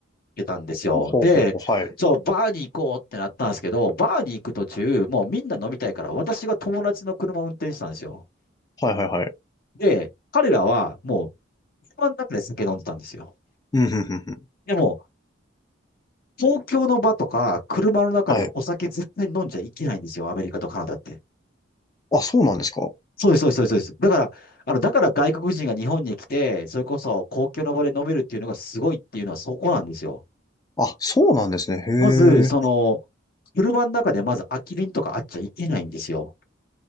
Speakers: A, on the left; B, on the left.
A: けたんですよ。
B: ほうほうほう。
A: で、
B: はい、
A: そう、バーに行こうってなったんですけど、バーに行く途中、もうみんな飲みたいから、私が友達の車を運転したんですよ。
B: はい、はい、はい。
A: で、彼らはもう、車の中で酒飲んでたんですよ。
B: うん、ふんふんふん。
A: でも、東京の場とか、車の中でお酒絶対飲んじゃいけないんですよ、
B: はい。
A: アメリカとカナダって。
B: あ、そうなんですか
A: そうです、そうです、そうです。そうですだから、あの、だから外国人が日本に来て、それこそ公共の場で飲めるっていうのがすごいっていうのはそこなんですよ。
B: あ、そうなんですね。へ
A: まず、その、
B: え。
A: 車の中でまず空き瓶とかあっちゃいけないんですよ。